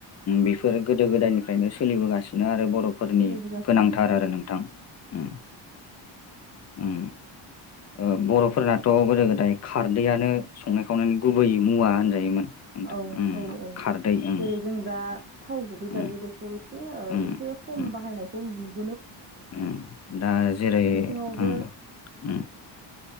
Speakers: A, on the left; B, on the right.
A: बेफोर गोदो गोदायनिफ्रायनो सोलिबोगासिनो आरो बर' बर'फोरनि
B: सोलिबोगासिनो
A: गोनांथार आरो नोंथां उम उम। ओ- बर'फोरनाथ' गोदो गोदाय खारदैआनो संनाय खावनायनि गुबै मुवा होनजायोमोन नोंथां
B: औ
A: उम
B: औ औ।
A: खारदै उम
B: जेरै जों दा थाव गुबै
A: उम
B: जायो बेखौ एसे ओ
A: उम
B: एसे खम
A: उम
B: बाहायनायखौ नुयो
A: उम दा जेरै
B: बिथिङावबो
A: उम उम।